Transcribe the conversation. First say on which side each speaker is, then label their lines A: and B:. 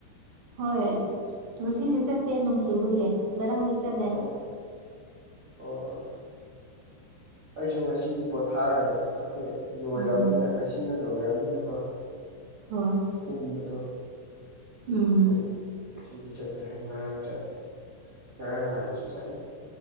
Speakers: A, on the right; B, on the right.
A: ꯍꯣꯏ ꯉꯁꯤꯗꯤ ꯆꯠꯇꯦ ꯅꯣꯡꯆꯨꯕꯒꯤ ꯉꯔꯥꯡꯗꯤ ꯆꯠꯂꯦ
B: ꯑꯣ ꯑꯣ ꯑꯣ ꯑꯣ ꯑꯩꯁꯨ ꯉꯁꯤꯗꯤ ꯄꯣꯊꯥꯈ꯭ꯔꯦ ꯑꯩꯈꯣꯏ ꯂꯣꯏꯔꯕꯅꯤꯅ
A: ꯎꯝ
B: ꯉꯁꯤꯅ ꯂꯣꯏꯔꯕꯅꯤꯅꯀꯣ
A: ꯍꯣꯏ
B: ꯍꯨꯝꯕꯗꯣ
A: ꯎꯝ
B: ꯑꯇꯩ ꯉꯁꯤꯗꯤ ꯆꯠꯇ꯭ꯔꯦ ꯉꯔꯥꯡ ꯆꯠꯂꯦ ꯉꯔꯥꯡ ꯅꯍꯥꯟꯁꯨ ꯆꯠꯂꯦ